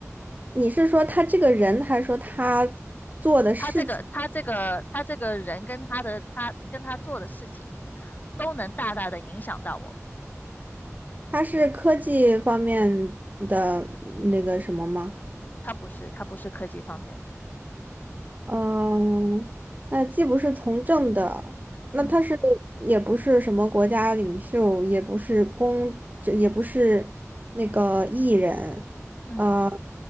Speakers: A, on the right (about 30°); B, on the left (about 35°).
A: 你是说他这个人，还是说他做的事情？
B: 他这个他这个他这个人跟他的他跟他做的事情，都能大大的影响到我们。
A: 他是科技方面的那个什么吗？
B: 它不是，它不是科技方面的。
A: 嗯，那既不是从政的，
B: 嗯
A: 那他是也不是什么国家领袖，也不是公，这也不是那个艺人，
B: 嗯，
A: 呃